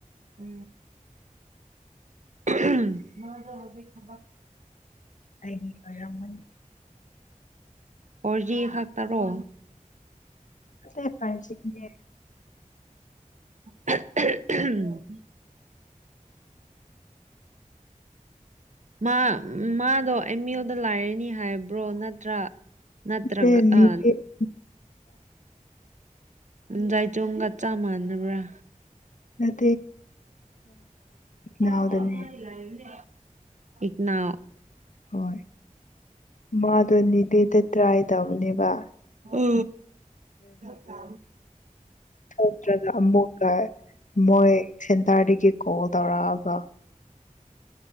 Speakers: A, on the right; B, on the left.
A: ꯎ ꯈꯕꯔ ꯈ ꯃꯥ
B: ꯑꯩꯒꯤ ꯑꯔꯃꯟ
A: ꯐꯣꯔꯖꯤ ꯈꯥꯛꯇꯥꯔꯣ
B: ꯅꯠꯇꯦ ꯐꯥꯏꯚ ꯖꯤꯅꯦ
A: ꯀꯨꯁ꯭ <inaudible> ꯎꯝ ꯃꯥ ꯃꯥꯗꯣ ꯑꯦꯝ ꯌ ꯑꯣꯗ ꯂꯥꯏꯔꯅꯤ ꯍꯥꯏꯕ꯭ꯔꯣ ꯅꯠꯇ꯭ꯔꯥ ꯅꯠꯇ꯭ꯔꯒ
B: ꯅꯠꯇꯦ ꯅꯤꯕꯦꯠꯇ
A: ꯑ ꯆꯥꯏ ꯆꯣꯡꯒ ꯆꯞ ꯃꯥꯟꯅꯕ꯭ꯔꯥ
B: ꯎꯝ
A: ꯕ
B: ꯅꯥꯎꯗꯅꯦ
A: ꯂꯅꯦ ꯏꯅꯥꯎ
B: ꯍꯣꯏ ꯃꯥꯗꯣ ꯕꯦꯗ ꯇ꯭ꯔꯥꯏ ꯇꯧꯅꯦꯕ
A: ꯎ ꯆꯥ
B: ꯊꯣꯛꯇꯔꯒ ꯑꯃꯨꯛꯀ ꯃꯣꯢ ꯀꯣ ꯇꯧꯔꯛꯑꯒ